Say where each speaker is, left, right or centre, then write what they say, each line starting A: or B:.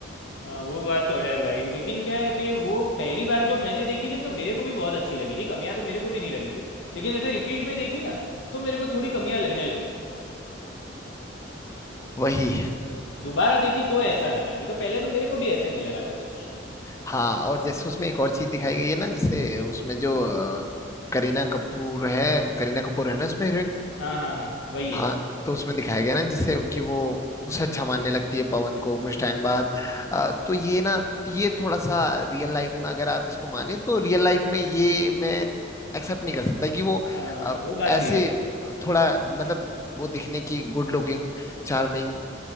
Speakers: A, on the left; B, on the left.
A: हाँ वो बात तो है भाई लेकिन क्या है कि वो पहली बार जब मैंने देखी थी न, तो मेरे को भी बहुत अच्छी लगी थी कमियां तो मेरे को भी नहीं लगी थी लेकिन ऐसे रिपीट में देखी ना तो मेरे को थोड़ी कमियां लगने लगी
B: वही
A: दोबारा देखी तो ऐसा लगा नहीं तो पहले तो मेरे को भी ऐसे नहीं लगा था कुछ
B: हाँ और जैसे उसमें एक और चीज दिखाई गई है ना जैसे उसमें जो अ, करीना कपूर है करीना कपूर है ना उसमें हीरोइन
A: हाँ हाँ हाँ वही है
B: हाँ तो उसमें दिखाया गया ना जैसे कि वो उसे अच्छा मानने लगती है पवन को कुछ टाइम बाद अ, तो ये ना ये थोड़ा सा रियल लाइफ में अगर आप इसको माने तो रियल लाइफ में ये मैं एक्सेप्ट नहीं कर सकता कि वो
A: हाँ
B: अ,
A: वो बात
B: ऐसे
A: भी है
B: थोड़ा मतलब वो दिखने की गुड लुकिंग चार्मिंग